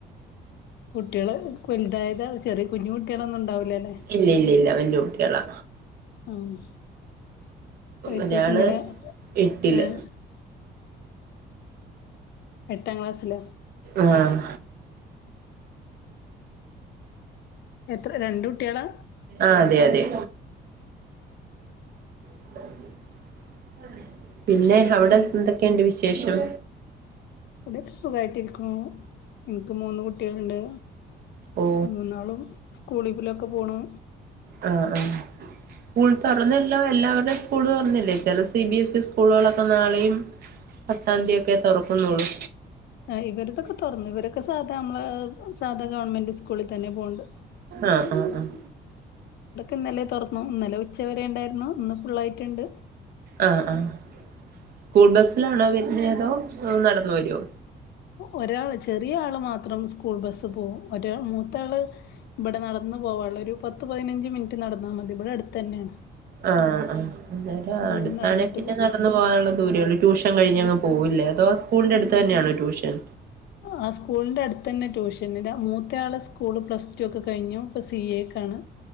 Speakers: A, on the left; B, on the right.
A: കുട്ടികള് വലുതായതാ ചെറിയ കുഞ്ഞു കുട്ടിയളൊന്നും ഉണ്ടാവൂലല്ലെ
B: ഇല്ല ഇല്ല ഇല്ല വല്യ കുട്ടികളാ
A: ആഹ് അവർക്കൊക്കെ
B: ഒരാൾ
A: ഇങ്ങനെ
B: എട്ടില്
A: ഏഹ് എട്ടാം ക്ലാസ്സില
B: ആഹ്
A: എത്ര രണ്ട് കുട്ടികളാ
B: ആഹ് അതെ അതെ <unintelligible> പിന്നെ അവിടെ
A: ഉം
B: എന്തൊക്കെയുണ്ട് വിശ് വിശേഷം
A: ഇവിടെ ഒക്കെ സുഖായിട്ട് ഇരിക്കുന്നു എനിക്ക് മൂന്ന് കുട്ടികളുണ്ട്
B: ഓ
A: മൂന്നാളും- സ്കൂളിലൊക്കെ പോണ്
B: ആ ആ സ്കൂൾ തുറന്നല്ലോ എല്ലാവരുടെയും സ്കൂള് തുറന്നില്ലേ ചില സി ബി എസ് ഇ സ്കൂളുകളൊക്കെ നാളെയും പത്താം തീയതി ഒക്കെ തുറക്കുന്നുള്ളു
A: ആ ഇവരടെതെ ഒക്കെ തുറന്നു ഇവരൊക്കെ സാധാ നമ്മള- സാധാ ഗവൺമെന്റ് സ്കൂളിൽ തന്നെ പോനുണ്ട്
B: ആഹ് ആഹ് ആഹ്
A: ഇന്നല്ലെ തുറന്നു ഇന്നലെ ഉച്ച വരെ ഉണ്ടായിരുന്നു ഒന്ന് ഫുള്ളായിട്ടുണ്ട്
B: ആആസ്കൂൾ ബസിലാണോ വരുന്ന അതോ നടന്ന് വരുവോ
A: ഒരാള് ചെറിയ ആള് മാത്രം സ്കൂൾ ബസ്സ് പോകും ഒരാ മൂത്ത ആള് ഇവിടെ നടന്ന പോവാനുള്ള ഒരു പത്ത് പതിനഞ്ച് മിനിറ്റ് നടന്നാൽ മതി ഇവിടെ അടുത്ത് തന്നെയാണ്
B: ആആ അന്നേരം
A: അങ്ങനെ
B: അടുത്തണെ
A: നടന്നിട്ട്
B: പിന്നെ
A: പോവും
B: നടന്ന് പോകാനുള്ള ദൂരേള്ളൂ ട്യൂഷൻ കഴിഞ്ഞങ് പോ - പോവൂല്ലേ അതോ ആ സ്കൂളിന്റെ അടുത്ത് തന്നെയാണോ ട്യൂഷൻ?
A: ആ സ്കൂളിന്റെ അടുത്ത തന്നെ ട്യൂഷൻന്റെ മൂത്ത ആളെ സ്കൂള് പ്ലസ് ടു ഒക്കെ കഴിഞ്ഞു ഇപ്പ സി എ ക്കാണ്